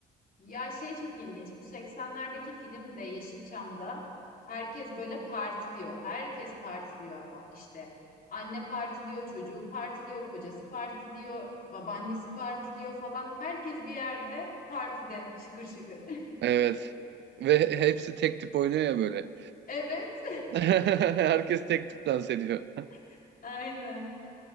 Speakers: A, on the left (about 45°); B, on the right (about 60°).
A: Ya şey çok ilginç. Bu 80'lerdeki film de Yeşilçam'da herkes böyle partiliyor. Herkes partiliyor ama işte anne partiliyor, çocuğu partiliyor, kocası partiliyor, babaannesi partiliyor falan. Herkes bir yerde partide şıkır şıkır. <laughs>
B: evet. Ve hepsi tek tip oynuyor ya böyle.
A: Evet,
B: <laughs> Herkes tek tip dans ediyor.
A: <laughs> aynen.